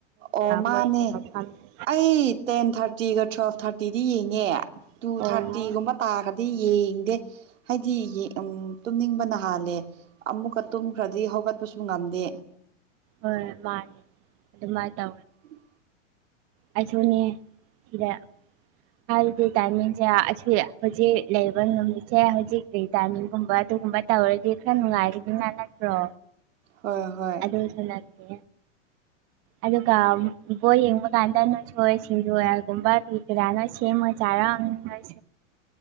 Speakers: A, on the right; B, on the right.
A: ꯑꯣ ꯃꯥꯅꯦ
B: ꯃꯣꯏꯒꯤ ꯃꯐꯝꯗꯨ
A: ꯑꯩ ꯇꯦꯟ ꯊꯥꯔꯇꯤꯒ ꯇ꯭ꯋꯦꯜꯐ ꯊꯥꯔꯇꯤꯗꯤ ꯌꯦꯡꯉꯦ ꯇꯨ
B: ꯑꯣ ꯑꯣ
A: ꯊꯥꯔꯇꯤꯒꯨꯝꯕ ꯇꯥꯈꯗꯤ ꯌꯦꯡꯗꯦ ꯍꯥꯏꯗꯤ ꯎꯝ ꯇꯨꯝꯅꯤꯡꯕ ꯅꯍꯜꯂꯦ ꯑꯃꯨꯛꯀ ꯇꯨꯝꯈ꯭ꯔꯗꯤ ꯍꯧꯒꯠꯄꯁꯨ ꯉꯝꯗꯦ
B: ꯍꯣꯏ ꯃꯥꯦ ꯑꯗꯨ ꯃꯥ ꯇ
A: ꯎꯝ
B: ꯑꯩꯁꯨꯅꯦ ꯁꯤꯗ ꯍꯥꯏꯕꯗꯤ ꯇꯥꯏꯃꯤꯡꯁꯦ ꯑꯁꯤ ꯍꯧꯖꯤꯛ ꯂꯩꯕ ꯅꯨꯃꯤꯠꯁꯦ ꯍꯧꯖꯤꯛ ꯇꯃꯤꯒꯨꯝꯕ ꯑꯗꯨꯒꯨꯝꯕ ꯇꯧꯗꯤ꯭ꯔꯔꯤꯗꯤ ꯅꯥꯟꯠꯇ꯭ꯔꯣ
A: ꯍꯣꯏ ꯍꯣꯏ
B: ꯑꯗꯣ ꯆꯅꯥꯛꯇꯦ ꯑꯗꯨꯒ ꯕꯣꯏ ꯌꯦꯡꯕ ꯀꯥꯟꯗ ꯅꯁꯣꯏ ꯁꯤꯡꯖꯣꯏꯒꯨꯝꯕ ꯀꯖꯥꯅ ꯁꯦꯝꯃ ꯆꯥꯔ ꯑ